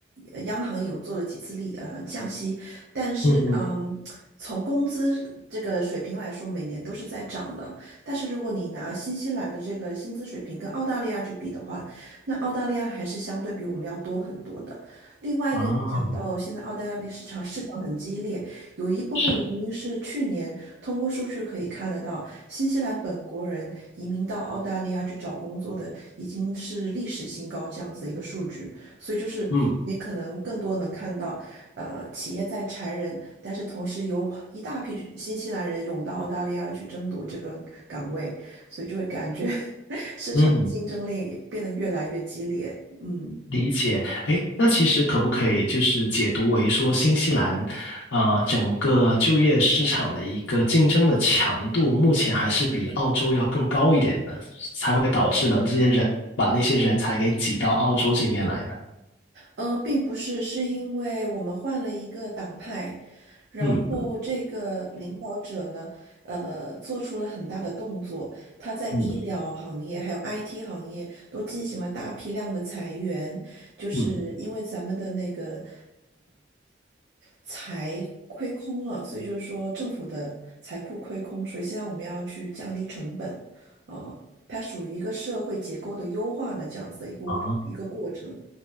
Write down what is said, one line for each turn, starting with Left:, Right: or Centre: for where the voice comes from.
Right: 呃央行也有做了几次利呃降息，但是嗯，
Left: 嗯嗯，
Right: 从工资这个水平来说，每年都是在涨的。但是如果你拿新西兰的这个薪资水平跟澳大利亚去比的话，那澳大利亚还是相对比我们要多很多的。另外一个讲到现在澳大利亚的市场市场很激烈。
Left: 啊，
Right: 有一部分原因是去年通过数据可以看得到，
Left: 是，
Right: 新西兰本国人移民到澳大利亚去找工作的已经是历史新高这样子的一个数据，所以就是你可能更多能看到，
Left: 嗯
Right: 呃，企业在裁人，但是同时有一大批新西兰人涌到澳大利亚去争夺这个岗位，所以就会感觉 <laughs> 市场竞争力也变得越来越激烈，
Left: 嗯。
Right: 嗯。
Left: 理解，诶，那其实可不可以就是解读为说，新西兰，呃，整个就业市场的一个竞争的强度，目前还是比澳洲要更高一点的，才会导致了这些人把那些人才给挤到澳洲这边来呢？
Right: 呃，并不是，是因为我们换了一个党派，然后这个领导者呢，
Left: 嗯
Right: 呃，做出了很大的动作，他在医疗行业还有
Left: 嗯
Right: IT 行业都进行了大批量的裁员，就是因为咱们的那个
Left: 嗯，
Right: 财亏空了，所以就是说政府的财库亏空，所以现在我们要去降低成本，啊、它属于一个社会结构的优化的这样子的一个过一个过程，
Left: 啊，